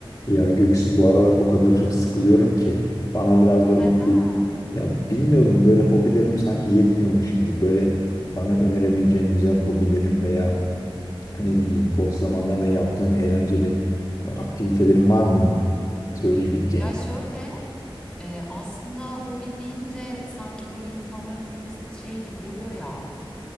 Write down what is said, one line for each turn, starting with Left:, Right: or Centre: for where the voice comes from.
Left: Ya Göksu bu aralar o kadar çok sıkılıyorum ki bana biraz böyle
Centre: Neden?
Left: hobi ya bilmiyorum böyle hobilerim sanki yetmiyormuş gibi böyle bana önerebileceğin güzel hobilerin veya ne bileyim boş zamanlarda yaptığın eğlenceli e, aktivitelerin var mı söyleyebileceğin?
Centre: Ya şöyle e, aslında hobi deyince sanki böyle insanların kafasında şey gibi oluyor ya.